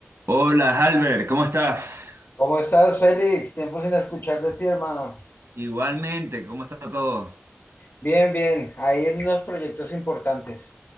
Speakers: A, on the right (about 85°); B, on the left (about 55°).
A: Hola, Albert, ¿cómo estás?
B: ¿Cómo estás, Félix? Tiempo sin escuchar de ti, hermano.
A: Igualmente, ¿cómo está todo?
B: Bien, bien, ahí en unos proyectos importantes.